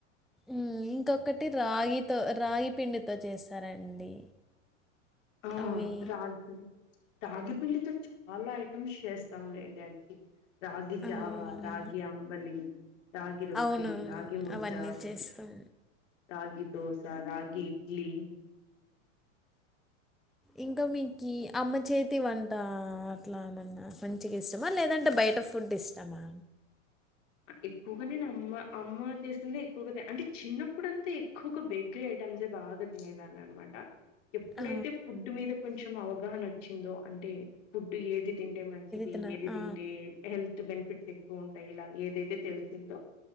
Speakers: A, in the centre; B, on the left.
A: ఉం ఇంకొకటి రాగితో రాగి పిండితో చేస్తారండి
B: ఆ
A: అవి
B: రాగి రాగి పిండితో చాలా ఐటమ్స్ చేస్తాంలేండి యాకి రాగి జావా
A: అవును
B: రాగి అంబలి రాగి రొట్టి
A: అవునవును
B: రాగి ముద్ద
A: అవన్నీ చేస్తాం
B: రాగి దోశ రాగి ఇడ్లీ
A: ఇంకా మీకు అమ్మ చేత్ త్తి వంట అట్లా ఏమన్నా మంచిగా ఇష్టమా లేదంటే బయట ఫుడ్ ఇష్టమా
B: ఎక్కువగా నేను అమ్మ అమ్మ చేసిందే ఎక్కువగా అంటే చిన్నప్పుడంతా ఎక్కువగా బేక్ క్రీ ఐటమ్సే బాగా తినేదాని అనమాట ఎప్పుడైతే
A: ఆ,
B: ఫుడ్ మీద కొంచెం అవగాహన వచ్చిందో అంటే ఫుడ్ ఏది తింటే మంచిది
A: తిన
B: ఏది
A: ఆ,
B: తింటే హెల్త్ బెనిఫిట్స్ ఎక్కువ ఉంటాయి ఇలా తే తెలిసిందో